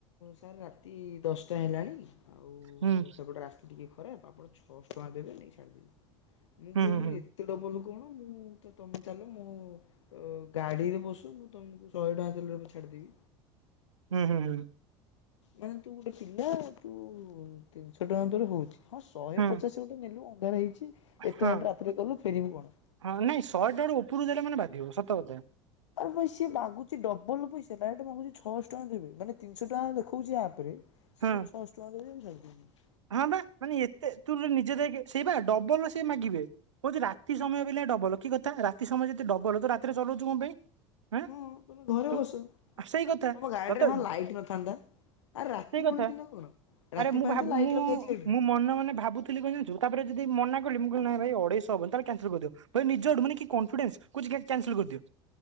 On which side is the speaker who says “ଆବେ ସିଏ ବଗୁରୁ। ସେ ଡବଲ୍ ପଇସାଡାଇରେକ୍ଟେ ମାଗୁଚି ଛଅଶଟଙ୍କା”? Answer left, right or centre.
Left